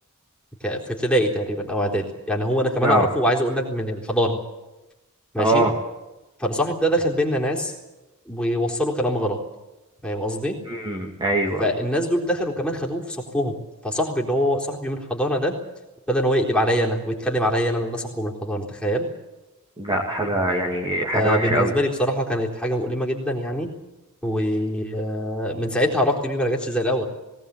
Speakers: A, in the centre; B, on the right.
A: ك- في ابتدائي تقريبا او اعدادي يعني هو انا كمان
B: اه
A: اعرفه وعايز اقول لك من الحضانه ماشي
B: اه
A: فالصاحب ده دخل بينا ناس ووصلوا كلام غلط فاهم قصدي
B: امم ايوه
A: فالناس دول دخلوا كمان خدوه في صفهم فصاحبي اللي هو صاحبي من الحضانه ده ابتدى ان هو يقلب عليا انا ويتكلم عليا انا لان أنا صاحبه من الحضانه تخيل
B: لا حاجه يعني حاجه
A: فبالنسبه
B: وحشه قوي
A: لي بصراحه كانت حاجه مؤلمه جدا يعني ومن ساعتها علاقتي بيه ما رجعتش زي الاول